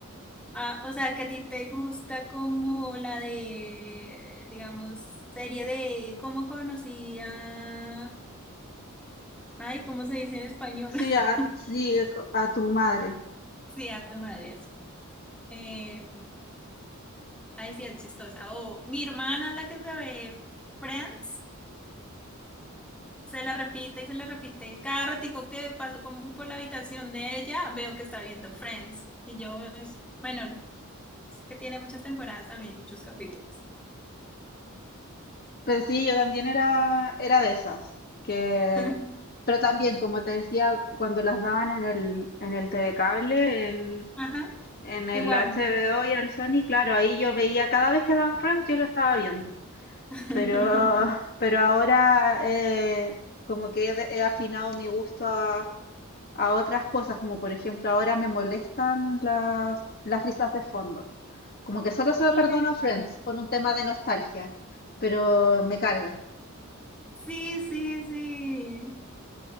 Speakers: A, in the centre; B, on the left.
A: Ah, o sea, que a ti te gusta como la de, digamos, serie de cómo conocía. Ay, ¿cómo se dice en español?
B: Sí, a,
A: <laughs>
B: sí, co- a tu madre.
A: Sí, a tu madre eso. Eh, ay, sí, es chistosa. O mi hermana es la que se ve Friends. Se la repite y se la repite. Cada ratico que paso como por la habitación de ella, veo que está viendo Friends. Y yo, es- bueno, es que tiene muchas temporadas también, muchos capítulos.
B: Pero sí, yo también era, era de esas, que,
A: <laughs>
B: pero también, como te decía, cuando las daban en el, en el T TV Cable, en,
A: Ajá,
B: en el
A: en Warner.
B: HBO y en el Sony, claro, ahí yo veía, cada vez que daban Friends yo lo estaba viendo,
A: <laughs>
B: pero, pero ahora eh, como que he, de- he afinado mi gusto a, a otras cosas, como por ejemplo ahora me molestan las, las risas de fondo, como que solo se lo
A: Ay,
B: perdono a Friends por un tema de nostalgia, pero me carga.
A: sí, sí, sí. sí.